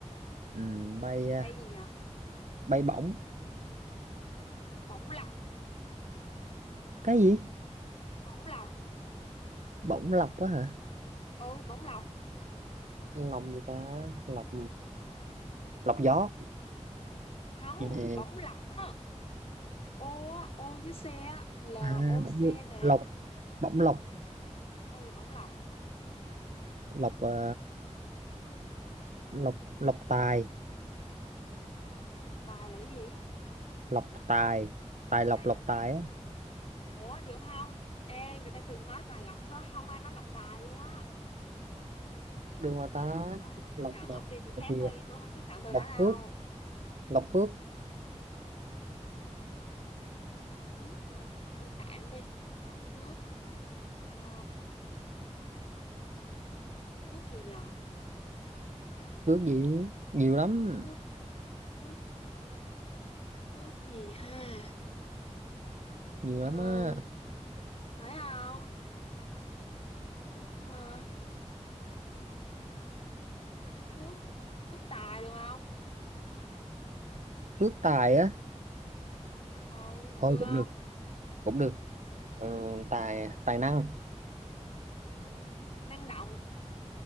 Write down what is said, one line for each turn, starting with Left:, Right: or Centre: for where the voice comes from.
Right: ừ, bay
Left: bay
Right: à,
Left: gì nhờ
Right: bay bổng
Left: bóng lọc
Right: cái gì
Left: bóng lọc
Right: bổng lọc quá hả
Left: ừ bóng lọc
Right: lọc gì ta lọc lọc gió
Left: không
Right: Ừ.
Left: bóng lọc á ô á ô với xe á l
Right: à
Left: o
Right: bổng
Left: c mà
Right: lọc bổng lọc
Left: ừ bóng lọc
Right: lọc à, lọc lọc tài
Left: lọc bài là cái gì
Right: lọc tài tài lọc
Left: à
Right: lọc
Left: lọc
Right: tài á
Left: ủa được không ê người ta từng nói tài lọc thôi không ai nói lọc tài luôn á
Right: được mà ta
Left: không chấp
Right: lọc
Left: nhận
Right: mà
Left: ông tìm việc khác
Right: thì
Left: đi tôi không chấp nhận từ
Right: lọc
Left: đó đâu
Right: phước lọc phước
Left: Lộc Phước Lộc Phước hả thôi tạm đi Lộc Phước à, Phước gì nhờ
Right: phước gì nhiều lắm
Left: Phước Phước Phước gì ha
Right: nhiều
Left: à,
Right: lắm á
Left: phải không Phước à, Phước Phước Tài được không
Right: phước tài á
Left: ồ
Right: thôi
Left: được không
Right: cũng được cũng được ờ, tài tài năng
Left: ừ. năng động